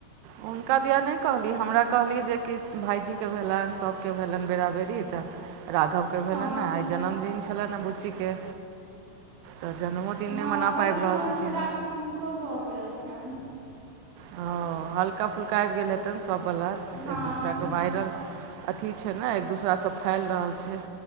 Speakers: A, on the right (about 85°); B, on the right (about 50°).
A: हुनका दिया नइ कहली हमरा कहली जे कृष्ण भाइजीके भेलैन सभके भेलनि बेरा बरी तऽ राघवके भेलैन
B: हँ
A: हे आइ जन्मदिन छलैन ह बुच्चीके तऽ जन्मोदिन
B: हँ
A: नइ मना
B: कनि
A: पाबि
B: मोन
A: रहल छथिन
B: खराब हुनको भऽ गेल छैन
A: हँ हल्का फुल्का आबि गेल हेतैन सभवला
B: हँ
A: एक दूसरा कऽ वायरल अथी छै ने एक दोसरा सँ फैल रहल छै